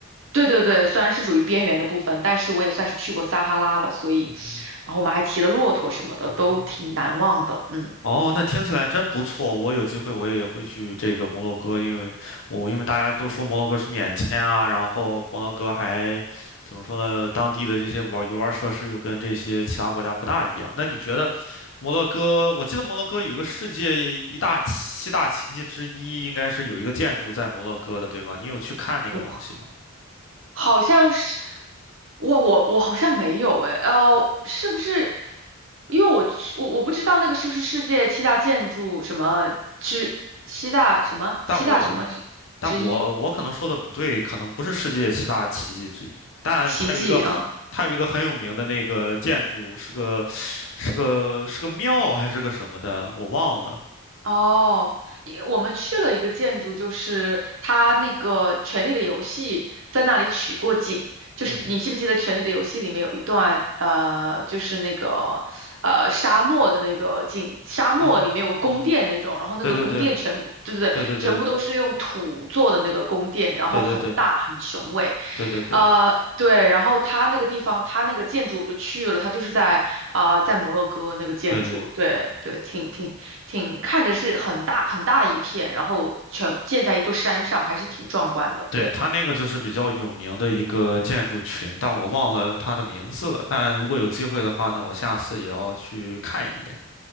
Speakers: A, on the right (about 60°); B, on the left (about 60°).
A: 对对对，虽然是属于边缘的部分，但是我也算是去过撒哈拉了，所以，
B: 嗯哼，
A: 然后我们还骑了骆驼什么的，
B: 嗯哼
A: 都挺难忘的。嗯，
B: 哦，那听起来真不错。我有机会我也会去这个摩洛哥，因为我因为大家都说摩洛哥是免签啊，然后摩洛哥还怎么说呢？当地的这些玩游玩设施又跟这些其他国家不大一样。那你觉得摩洛哥？我记得摩洛哥有一个世界一大奇七大奇迹之一，应该是有一个建筑在摩洛哥的，对吗？你有去看那个东西吗？
A: 我好像是，哇，我我好像没有诶，呃，是不是？因为我去，我我不知道那个是不是世界七大建筑什么之七大什么七大什么之之一
B: 但我但我我可能说的不对，可能不是世界七大奇迹之一，但它有一个很它有一个很有名的那个建筑，
A: 奇迹啊。
B: 是个是个是个庙还是个什么的，我忘了。
A: 哦，也我们去了一个建筑，就是它那个《权力的游戏》在那里取过景，就是你记不记得《权力的游戏》里面有一段，
B: 嗯哼，
A: 呃，就是那个呃沙漠的那个景，沙漠里面有个宫殿那种，
B: 嗯哼，嗯哼，
A: 然后那个宫殿全部，
B: 对对对
A: 对对对，
B: 对对对
A: 全部都是用土做的那个宫殿，然后很大很雄伟。
B: 对对对对对对
A: 呃，对，然后他那个地方，他那个建筑我就去了，他就是在啊、呃在摩洛哥那个建筑，
B: 对对
A: 对对，挺挺挺，看着是很大很大一片，然后全建在一座山上，还是挺壮观的，
B: 对，
A: 对。
B: 它那个就是比较有名的一个建筑群，但我忘了它的名字了。但如果有机会的话呢，我下次也要去看一眼。